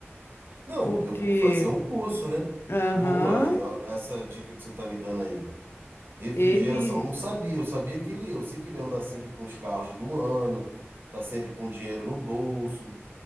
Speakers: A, on the right (about 50°); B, on the left (about 60°).
A: Não,
B: <laughs> porque.
A: eu vou fazer um curso, né?
B: Aham.
A: Boa, aí, ó, essa dica que você está me dando aí. Refrigeração,
B: Ele,
A: não sabia. Eu sabia que ele, eu sei que ele anda sempre com os carros do ano, tá sempre com dinheiro no bolso.